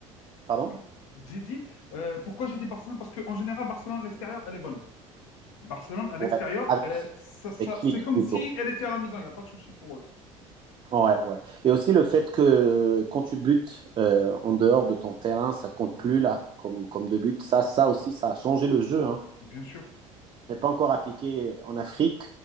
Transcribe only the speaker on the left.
oui, j'ai dit. euh, pourquoi j'ai dit Barcelone? Parce qu'en général, Barcelone à l'extérieur, elle est bonne. Barcelone à l'extérieur,
euh, ça- ça-
c'est comme
si elle était à la maison, il n'y a pas de souci pour eux.
Oui,
bien sûr.